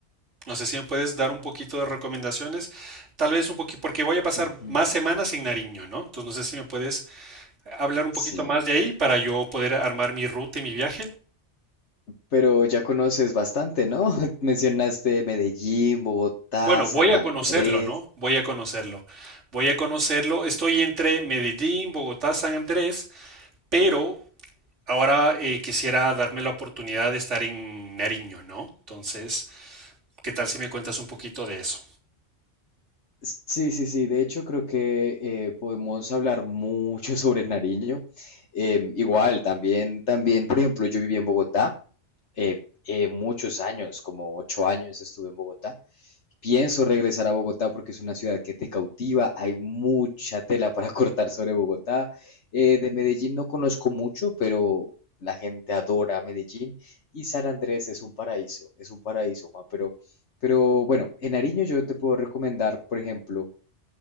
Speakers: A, on the right; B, on the left.
A: No sé si me puedes dar un poquito de recomendaciones, tal vez un poquito, porque voy a pasar
B: Ujú.
A: más semanas en Nariño, ¿no? Entonces no sé si me puedes hablar un poquito
B: Sí.
A: más de ahí para yo poder armar mi ruta y mi viaje.
B: Pero ya conoces bastante, ¿no? <laughs> Mencionaste Medellín, Bogotá,
A: Bueno,
B: San
A: voy a
B: Andrés.
A: conocerlo, ¿no? Voy a conocerlo. Voy a conocerlo. Estoy entre Medellín, Bogotá, San Andrés, pero ahora eh, quisiera darme la oportunidad de estar en Nariño, ¿no? Entonces, ¿qué tal si me cuentas un poquito de eso?
B: Sí, sí, sí. De hecho, creo que eh, podemos hablar mucho sobre Nariño. Em, igual, también, también, por ejemplo, yo viví en Bogotá eh, eh, muchos años, como ocho años estuve en Bogotá. Pienso regresar a Bogotá porque es una ciudad que te cautiva, hay mucha tela para cortar sobre Bogotá. Eh, de Medellín no conozco mucho, pero la gente adora Medellín y San Andrés es un paraíso, es un paraíso, Juan, pero, pero bueno, en Nariño yo te puedo recomendar, por ejemplo,